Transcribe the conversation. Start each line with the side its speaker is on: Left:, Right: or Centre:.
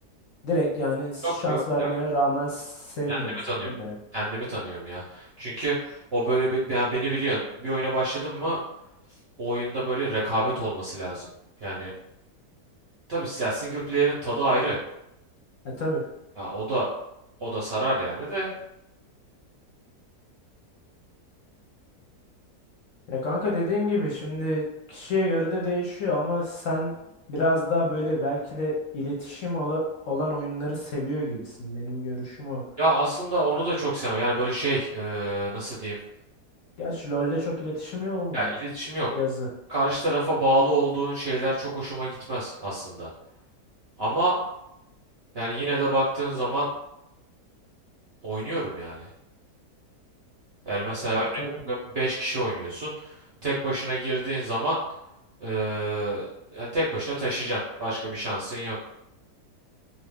Left: direkt yani
Right: Yok
Left: şans
Right: yok
Left: vermene
Right: ya
Left: rağmen sevmiyor
Right: kendimi
Left: musun
Right: tanıyorum.
Left: onu merak.
Right: Kendimi tanıyorum ya. Çünkü o böyle be- ya beni biliyorsun. Bir oyuna başladım mı o oyunda böyle rekabet olması lazım. Yani tabii ya single player'in tadı ayrı.
Left: Ya tabii.
Right: Ya o da o da sarar yani de.
Left: Ya kanka dediğin gibi şimdi kişiye göre de değişiyor ama sen biraz daha böyle belki de iletişim ola- olan oyunları seviyor gibisin benim görüşüm o.
Right: Ya aslında onu da çok sevmem. Yani böyle şey eee, nasıl diyeyim?
Left: Gerçi LoL'de çok iletişim olmuyor
Right: Ya iletişim yok.
Left: bir yazı.
Right: Karşı tarafa bağlı olduğun şeyler çok hoşuma gitmez aslında. Ama yani yine de baktığın zaman oynuyorum yani. Yani mesela
Left: Ya
Right: örneğin
Left: tabii.
Right: 5 kişi oynuyorsun. Tek başına girdiğin zaman eee, yani tek başına taşıyacaksın. Başka bir şansın yok.